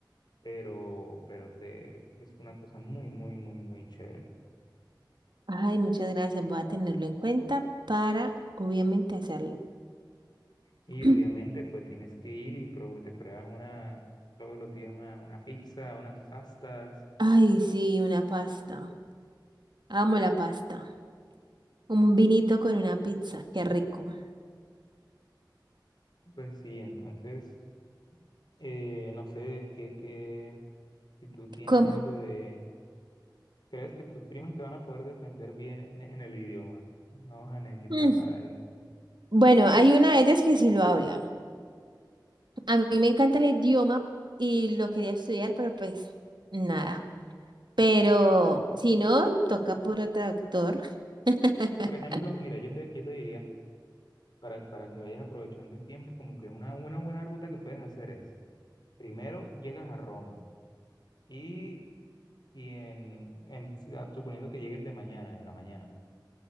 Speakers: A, on the left; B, on the right.
A: pero, pero te, es una cosa muy, muy, muy, muy chévere.
B: Ay, muchas gracias, voy a tenerlo en cuenta para obviamente hacerlo.
A: Y
B: <clears throat>
A: obviamente, pues tienes que ir y pro- te pruebas una, todos los días una, una pizza, unas pastas,
B: Ay, sí, una pasta. Amo la pasta. Un vinito con una pizza, qué rico.
A: pues sí, entonces, eh, no sé, qué, qué, si tú tienes
B: ¿Cómo?
A: algo de ¿Crees que tus primas te van a poder defender bien en, en el idioma? No vas a necesitar
B: Mm.
A: nada de...
B: Bueno, hay una de ellas que sí lo habla. A mí me encanta el idioma y lo quería estudiar, pero pues nada. Pero si no, toca puro traductor. <laughs>
A: Por ejemplo, mira, yo te, yo te diría, para, para que vayas aprovechando el tiempo, como que una, una buena ruta que puedes hacer es, primero llegas a Roma y, y en, en- ah, suponiendo que llegues de mañana, en la mañana,